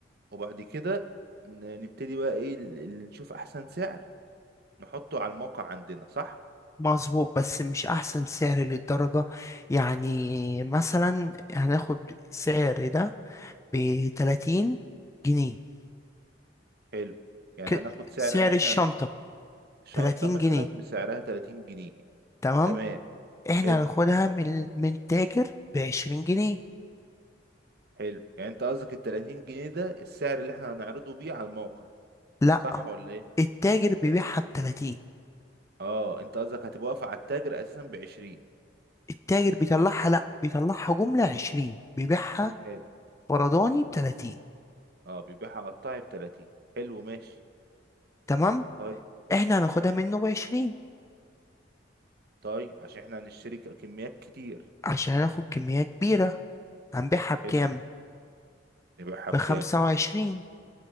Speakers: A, on the right (about 55°); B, on the left (about 15°).
A: وبعد كده ن- نبتدي بقى ايه ال- اللي نشوف احسن سعر نحطه على الموقع عندنا صح
B: مظبوط بس مش أحسن سعر للدرجة يعني مثلا هناخد سعر ده بتلاتين جنيه
A: حلو يعني
B: ك-
A: هناخد سعر
B: سعر
A: مثلا
B: الشنطة
A: شنطة
B: تلاتين
A: مثلا
B: جنيه
A: بسعرها 30 جنيه
B: تمام
A: تمام
B: احنا
A: حلو
B: هناخدها من من التاجر بعشرين جنيه
A: حلو يعني انت قصدك ال 30 جنيه ده السعر اللي احنا هنعرضه بيه على الموقع
B: لا
A: صح ولا ايه
B: التاجر
A: لا
B: بيبيعها ب 30
A: اه انت قصدك هتبقى واقفة على التاجر اساسا ب 20
B: التاجر بيطلعها لا بيطلعها جملة 20 بيبيعها
A: حلو
B: فرداني ب 30
A: اه بيبيعها قطعي ب 30 حلو ماشي
B: تمام
A: طيب
B: احنا هناخدها منه ب 20
A: طيب عشان احنا هنشتري ك- كميات كتير
B: عشان هناخد كمية كبيرة هنبيعها بكام
A: حلو نبيعها
B: ب
A: بكام
B: 25